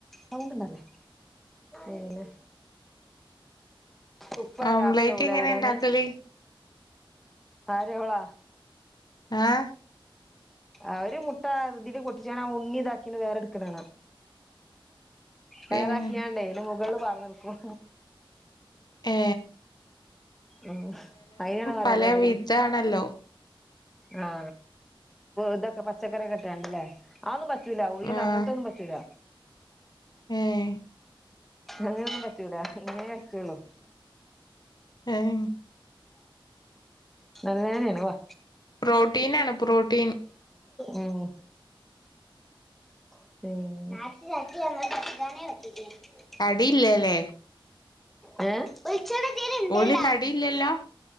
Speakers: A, in the centre; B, on the left.
A: സൗണ്ട് ഉണ്ടാക്കല്ലേ? പിന്നെ. ഉപ്പ
B: ഓംലൈറ്റ്
A: രാത്രി ആവുംലെ
B: എങ്ങനെ
A: വരാന്.
B: ഇണ്ടാക്കല്
A: ആര് ഓള
B: ആഹ്
A: അവര് മുട്ട അതില് പൊട്ടിച്ച ആഹ് ഉണ്ണി ഇതാക്കി വേറെ ടുക്കണ് കാണ. വേറക്കിയാണ്ടേ
B: ഏഹ്
A: ഇതിന് മുകളിൽ പാർന്നൊടുക്കും.
B: ഏ
A: ഉ അയിനാണ് പറയണ
B: പല
A: ഞും
B: വിധാണല്ലോ
A: ആ ഇതൊക്കെ പച്ചക്കറി ക്കെ ഇട്ട്ങ്ങണ്ടല്ലേ ല്ല ഉള്ളിൽ
B: ആഹ്
A: അങ്ങനത്തൊന്നും പറ്റില്ല
B: ഏഹ്
A: അങ്ങനെ ഒന്നും പറ്റൂല ഇങ്ങനെ പറ്റുള്ളു
B: ഏഹ്
A: നല്ലേനെന്നേണ് വാ
B: പ്രോട്ടീനാണ് പ്രോട്ടീൻ
A: ഉം <unintelligible>
B: അടില്ലല്ലേ
A: ഏഹ് <unintelligible> ഇതിൽ ഇണ്ടല്ല
B: ഓല് തടിയില്ലല്ലോ